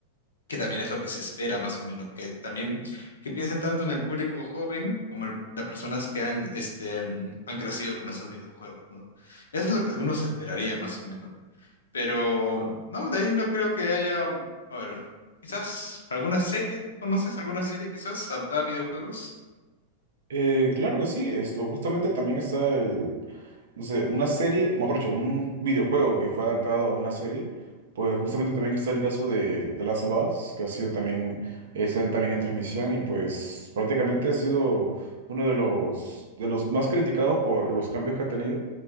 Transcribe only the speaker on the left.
que también es lo que se espera más o menos, que también que piensen tanto en el público joven como en las personas que han, este, mm, han crecido con esos videojuegos, ¿no? Eso es lo que uno se esperaría más o menos. Pero no, de ahí no creo que haya, a ver, quizás alguna serie, ¿tú conoces alguna serie quizás adaptada a videojuegos?
Ujú.